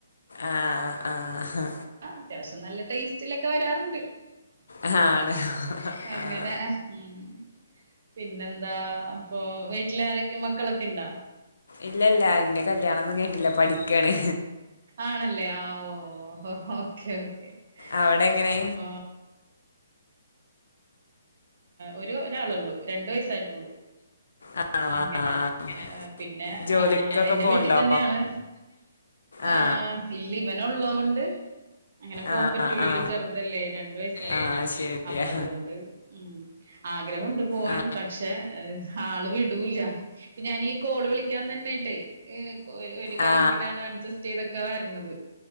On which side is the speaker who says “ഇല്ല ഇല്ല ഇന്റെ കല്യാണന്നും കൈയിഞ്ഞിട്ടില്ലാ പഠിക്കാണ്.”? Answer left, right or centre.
Left